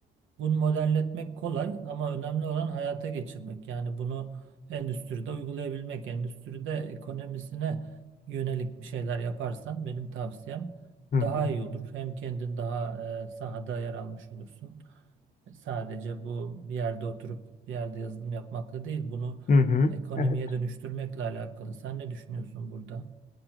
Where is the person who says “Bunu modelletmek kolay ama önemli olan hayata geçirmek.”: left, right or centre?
Right